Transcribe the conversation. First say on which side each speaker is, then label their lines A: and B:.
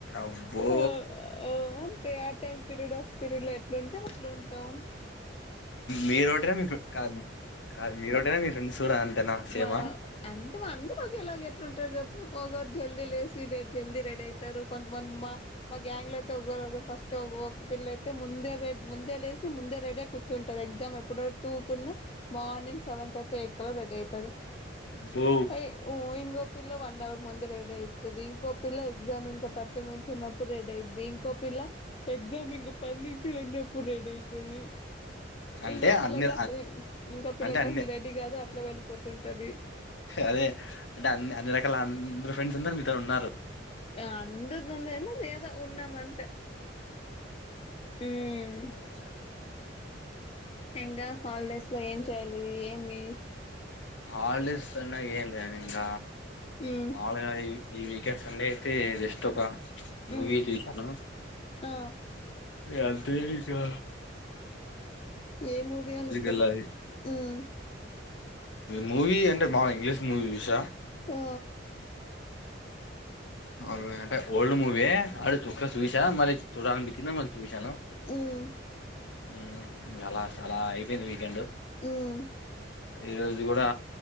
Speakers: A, on the left; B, on the left.
A: అబ్బో
B: ఆ అంతే ఆ టైమ్ పరియడ్ వస్ ఫిరిడ్లో ఎట్లుంటే అట్లుంటాం
A: మీరు రోటి మీ క కాదు మీరోటా
B: మా
A: మీ ఫ్రెండ్స్ కూడా అంతేనా సేమా
B: మా అం మేమంతా ఒకేలాగే ఎట్లుంటారు చెప్పు ఒకరు జల్దీ లేసి రె జల్దీ రెడీ అయితారు కొంతమంది మా మా గ్యాంగ్ లో అయితే ఒకరు ఒకరు ఫస్ట్ తీ ఒకోక పిల్ల అయితే ముందే ముందే లేసి ముందే రెడై కూర్చుంటాది. ఎగ్జామ్ ఎప్పుడో టూ కున్నా మార్నింగ్ సెవెన్ థర్టీ ఎయిట్ కల్ల రెడి అయితాది
A: బో
B: పైవ్ ఓ ఇంగప్ పిల్లవండర్ ముందే వే లేత్తది ఇంకో పిల్ల ఎగ్జామ్ ఇంకా థర్టీ మినిట్స్ ఉన్నప్పుడు రెడీ అయిద్ది ఇంకో పిల్ల ఎగ్జామ్ ఇంక పన్నించిరెన్నప్పుడు రెడీ అయితాది
A: అంటే
B: ఇంగో పిల్లయితే
A: అన్ని
B: అసలు ఇంకో పిల్లయితే
A: అంటే అన్ని
B: అసలు రెడీ కాదు. వెళ్ళిపోతుంటది
A: అదే అంటే అన్ని అన్ని రకాల అందరు ఫ్రెండ్స్ అందరు మీతో ఉన్నారు
B: అందద్ంద ఎది ఉన్నాం అంతే హ్మ్
A: ఆ
B: ఇంకా హాలిడేస్ లో ఏం చేయాలి ఏమి
A: హల్డీస్ అన్నాగా ఏందీ ఇంగ
B: ఉమ్
A: మాములగాయి ఈ వీకెండ్ సండే అయితే జస్ట్ ఒక మూవీ
B: ఉమ్
A: చూసినా
B: ఆ
A: ఇగ అంతే చూసిన
B: ఏ మూవీ అనుకు
A: వెళ్ళాలి
B: ఉమ్
A: మూవీ అంటే బా ఇంగ్లీష్ మూవీ చూసా
B: ఆ
A: అ అంటే ఓల్డ్ మూవీ అడుతు చూసా మరి చూడాలి అనిపించింది మరీ చూయిసాను
B: ఉమ్
A: ఉమ్ అలా అయిపోయింది వీకెండ్
B: ఉమ్
A: ఈ రోజు కూడా